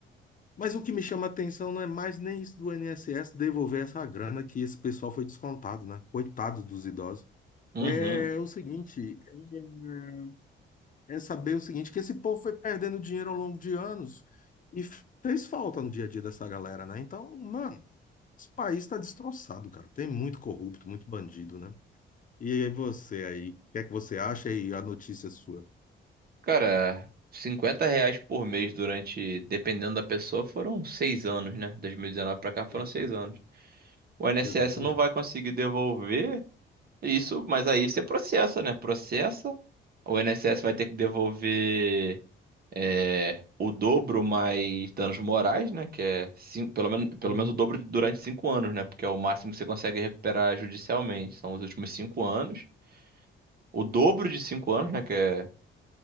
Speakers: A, on the left; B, on the right.
A: Mas o que me chama a atenção não é mais nem isso do INSS devolver essa grana que esse pessoal foi descontado, né? Coitado dos idosos.
B: Uhum.
A: É o seguinte, é, é saber o seguinte, que esse povo foi perdendo dinheiro ao longo de anos e fez falta no dia a dia dessa galera, né? Então, mano, esse país está destroçado, cara. Tem muito corrupto, muito bandido, né? E aí você aí, o que é que você acha e a notícia é sua?
B: Cara, 50 reais por mês durante, dependendo da pessoa, foram seis anos, né? 2019 pra cá foram
A: Exatamente.
B: seis anos. O INSS
A: Exatamente.
B: não vai conseguir devolver isso, mas aí você processa, né? Processa. O INSS vai ter que devolver é, o dobro mais danos morais, né? Que é cin- pelo menos, pelo
A: Uhum,
B: menos o dobro durante cinco anos, né? Porque é o máximo que você consegue recuperar judicialmente. São os últimos cinco anos. o dobro de cinco anos, né? Que é,